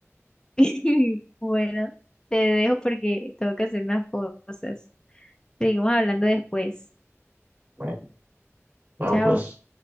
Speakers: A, on the left (about 15°); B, on the right (about 40°).
A: <laughs> Bueno, te dejo porque tengo que hacer unas cosas. Seguimos hablando después.
B: bueno, no,
A: Chao.
B: pues.